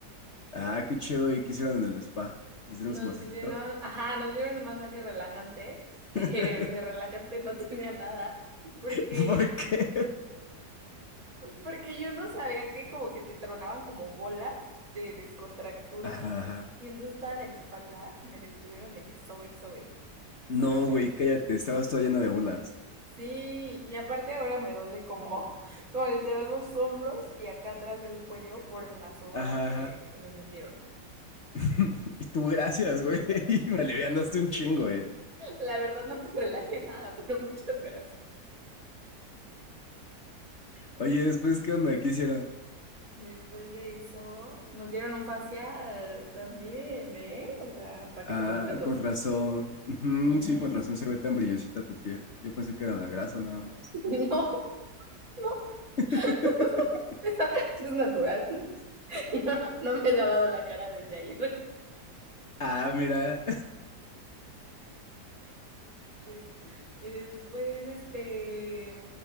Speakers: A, on the left; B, on the right.
A: Ah, qué chido. ¿Y qué hicieron en el spa? ¿Le hicieron
B: Nos
A: su masajito?
B: dieron, ajá, nos dieron un masaje relajante, <laughs> que
A: <laughs>
B: de relajante no tenía nada, porque
A: ¿Por qué?
B: Porque yo no sabía que como que te tronaban como bolas de descontractura
A: Ajá, ajá.
B: y entonces toda la espalda me la estuvieron de que sobe y sobe.
A: No,
B: Horrible.
A: güey, cállate. Estabas toda llena de bolas.
B: Sí, y aparte ahora me duele como, <laughs> como literal los hombros y acá atrás del cuello por la sobada
A: Ajá,
B: que,
A: ajá.
B: que me metieron.
A: <laughs> Y tú, gracias, güey.
B: <laughs>
A: <laughs> Me alivianaste un chingo, güey.
B: La verdad no me relajé nada, pero <laughs> muchas gracias.
A: Oye, después, ¿qué onda? ¿Qué hicieron?
B: Después de eso, nos dieron un facial también, ¿eh? O sea, paquete
A: Ah,
B: completo.
A: con razón. Ujú,
B: Ujú.
A: sí, con razón se
B: <laughs>
A: ve tan brillosita tu piel. Yo pensé que era la grasa nada más.
B: No, no,
A: <laughs>
B: <laughs> Esa- Eso es natural. <laughs> No me he lavado la cara desde ayer.
A: Ah, mira.
B: Sí. Y después, este,